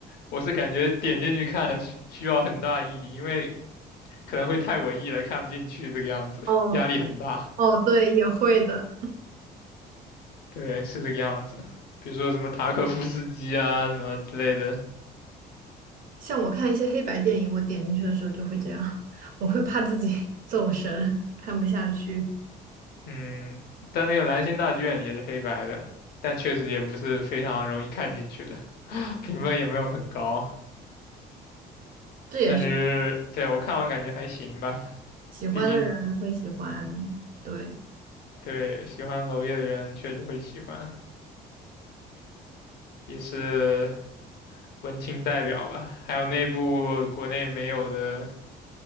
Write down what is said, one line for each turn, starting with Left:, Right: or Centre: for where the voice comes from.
Left: 我是感觉点进去看需需要很大毅力，因为可能会太文艺了，看不进去这个样子，
Right: 哦，
Left: 压力很大。
Right: 哦，对，也会的。
Left: 对，是这个样子。比如说什么塔可夫斯基啊什么之类的，
Right: 像我看一些黑白电影，我点进去的时候就会这样，<laughs> 我会怕自己 <laughs> 走神，看不下去。
Left: 嗯，但那个《兰心大剧院》也是黑白的，但确实也不是非常容易看进去的，<laughs> 评分也没有很高。
Right: 这也是
Left: 但是对我看完感觉还行吧，
Right: 喜欢的人会喜欢。
Left: 毕竟
Right: 对
Left: 对喜欢娄烨的人确实会喜欢，也是文青代表吧。还有那部国内没有的，